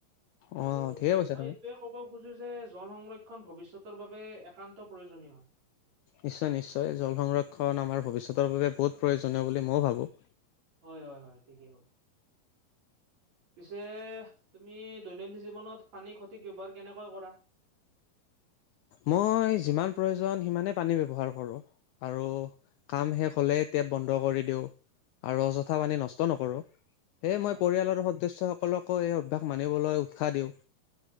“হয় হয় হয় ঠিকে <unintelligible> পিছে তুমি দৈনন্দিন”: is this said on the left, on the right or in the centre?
Right